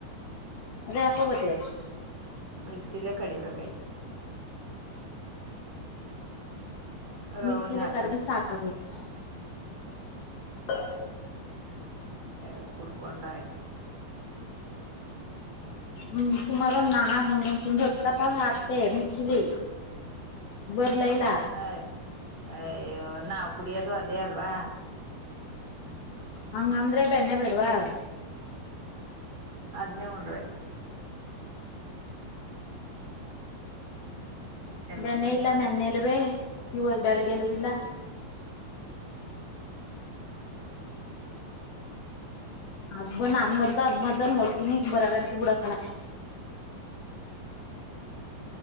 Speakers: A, on the left; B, on the right.
A: ಅದೇ ಯಕೋಬತ್ತಲ್ಲ
B: ಮ್ಸ್ ಇಲ್ಲೇ ಕಡಿಬೇಕೇಕಾಯ್ತು ರೌಂಡ್
A: ಮಿಕ್ಸಿಲೆ
B: ಹಾಕ್ಬೇಕು
A: ಕಡದಿ ಸಾಕಾಗೋಯ್ತು ಹ <inaudible>
B: ಅ ಕುಡ್ಕೊಂಡ್ರ ಆಯ್ತು
A: ಹ್ಮ್ ಕುಮಾರು ನಾ ಹನುಂದುತಪ್ಪ ಅಷ್ಟೇ ಮಿಕ್ಸಿಲಿ ಬರ್ಲ ಇಲ್ಲ
B: ಹಾಯ್ ಅಯೋ ದ್ ನಾವು ಕುಡಿಯೋದು ಅದೇ ಅಲ್ವಾ
A: ಹಂಗಂದ್ರೆ ಬೆನ್ನೆ ಬಿಡ್ವಾ
B: ಅದನ್ನೇ ಉಂಡರಾಯ್ತು
A: ಬೆನ್ನ
B: ಬರ್ತದೆ
A: ಇಲ್ಲ ನೆನ್ನೆಲ್ಲುವೇ
B: ಬಿಟ್ಟದಲ್ವಾ
A: ನೀವು ಬೆಳಗ್ಗೆನು ಇಲ್ಲ ಅದಬನ್ ಅನ್ಮದ್ದನ್ ಅ ಮದನ್ ಒಳ್ತೀ ನೀ ಬರಟ ಬುಡಕಲ